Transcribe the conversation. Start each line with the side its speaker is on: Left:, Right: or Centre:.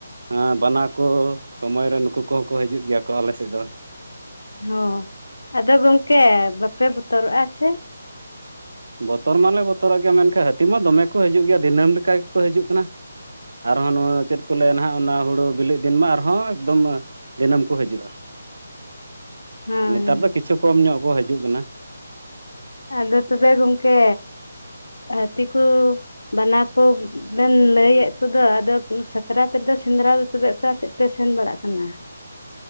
Right: ᱦᱮᱸ ᱵᱟᱱᱟ ᱠᱚ ᱥᱚᱢᱚᱭ ᱨᱮ ᱱᱩᱠᱩ ᱠᱚᱦᱚᱸ ᱠᱚ ᱦᱤᱡᱩᱜ ᱜᱮᱭᱟ ᱠᱚ ᱟᱞᱮ ᱥᱮᱫ ᱫᱚ᱾
Left: ᱦᱚᱸ ᱟᱫᱚ ᱜᱚᱢᱠᱮ ᱵᱟᱯᱮ ᱵᱚᱛᱚᱨᱚᱜᱼᱟ ᱥᱮ?
Right: ᱵᱚᱛᱚᱨ ᱢᱟᱞᱮ ᱵᱚᱛᱚᱨᱚᱜ ᱜᱮᱭᱟ, ᱢᱮᱱᱠᱷᱟᱱ ᱦᱟᱹᱛᱤ ᱢᱟ ᱫᱚᱢᱮ ᱠᱚ ᱦᱤᱡᱩᱜ ᱜᱮᱭᱟ ᱫᱤᱱᱟᱹᱢ ᱞᱮᱠᱟ ᱜᱮᱠᱚ ᱦᱤᱡᱩᱜ ᱠᱟᱱᱟ᱾ ᱟᱨᱦᱚᱸ ᱱᱚᱣᱟ ᱪᱮᱫ ᱠᱚ ᱞᱟᱹᱭᱟ ᱱᱟᱦᱟᱜ ᱚᱱᱟ ᱦᱳᱲᱳ ᱵᱮᱞᱮᱜ ᱫᱤᱱ ᱢᱟ ᱟᱨᱦᱚᱸ ᱮᱠᱫᱚᱢ ᱫᱤᱱᱟᱹᱢ ᱠᱚ ᱦᱤᱡᱩᱜᱼᱟ᱾
Left: ᱦᱮᱸ
Right: ᱱᱮᱛᱟᱨ ᱫᱚ ᱠᱤᱪᱷᱩ ᱠᱚᱢ ᱧᱚᱜ ᱠᱚ ᱦᱤᱡᱩᱜ ᱠᱟᱱᱟ᱾
Left: ᱟᱫᱚ ᱛᱚᱵᱮ ᱜᱚᱢᱠᱮ ᱦᱟᱹᱛᱤ ᱠᱚ, ᱵᱟᱱᱟ ᱠᱚ᱾ ᱵᱮᱱ ᱞᱟᱹᱭᱮᱜ ᱠᱚᱫᱚ, ᱟᱫᱚ ᱥᱟᱠᱨᱟᱛ ᱨᱮᱫᱚ ᱥᱮᱸᱫᱽᱨᱟ ᱫᱚ ᱛᱚᱵᱮ ᱚᱠᱟ ᱥᱮᱜ ᱯᱮ ᱥᱮᱱ ᱵᱟᱲᱟᱜ ᱠᱟᱱᱟ?